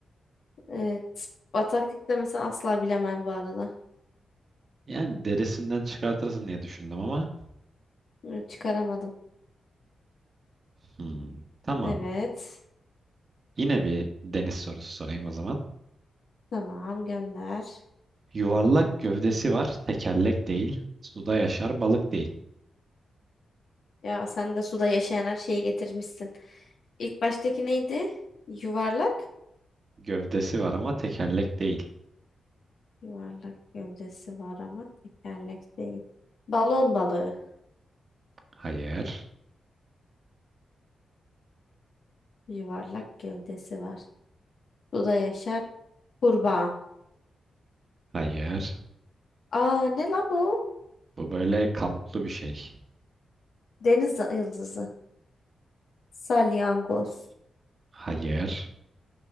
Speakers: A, on the left; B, on the right.
A: Evet. Bataklıkta mesela asla bilemem bu arada.
B: Yani derisinden çıkartırsın diye düşündüm ama.
A: Bunu Çıkaramadım.
B: Hmm, tamam.
A: Evet.
B: Yine bir deniz sorusu sorayım o zaman.
A: Tamam gönder.
B: Yuvarlak gövdesi var, tekerlek değil. Suda yaşar, balık değil.
A: Ya sen de suda yaşayan her şeyi getirmişsin. İlk baştaki neydi? Yuvarlak.
B: Gövdesi var ama tekerlek değil.
A: Yuvarlak gövdesi var ama tekerlek değil. Balon balığı.
B: Hayır.
A: Yuvarlak gövdesi var. Suda yaşar. Kurbağa.
B: Hayır.
A: Aa ne la bu?
B: Bu böyle kabuklu bir şey.
A: Deniz yıldızı. Salyangoz.
B: Hayır.